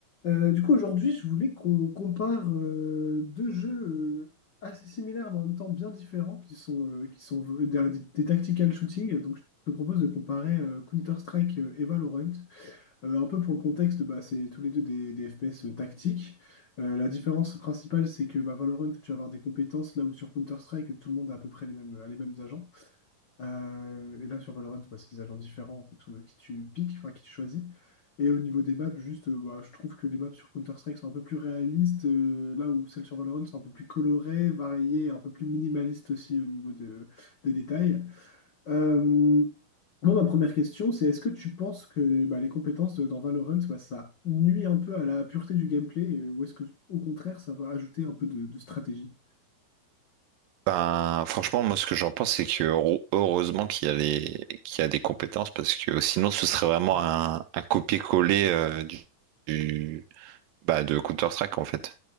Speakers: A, on the left; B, on the right.
A: Euh, du coup, aujourd'hui, je voulais qu'on compare euh, deux jeux euh, assez similaires, mais en même temps bien différents, qui sont, euh, qui sont v- des, des- des tactical shooting. Donc, je te propose de comparer euh, Counter-Strike euh, et Valorant. Euh, un peu pour le contexte, bah, c'est tous les deux des, des FPS tactiques. Euh, la différence principale, c'est que bah, Valorant, tu vas avoir des compétences, là où sur Counter-Strike, tout le monde a à peu près les mêmes, a les mêmes agents. Euh, et là, sur Valorant, bah, c'est des agents différents en fonction de qui tu piques, enfin qui tu choisis. Et au niveau des maps, juste, euh, bah, je trouve que les maps sur Counter-Strike sont un peu plus réalistes, euh, là où celles sur Valorant sont un peu plus colorées, variées, et un peu plus minimalistes aussi au niveau de- des détails. Euh, moi, ma première question, c'est est-ce que tu penses que bah, les compétences dans Valorant, bah, ça nuit un peu à la pureté du gameplay, euh, ou est-ce que au contraire, ça va ajouter un peu de de stratégie?
B: Ben, franchement, moi, ce que j'en pense, c'est que heure- heureusement qu'il y a les... qu'il y a des compétences parce que sinon, ce serait vraiment un, un copier-coller euh, du... du- bah, de Counter-Strike en fait.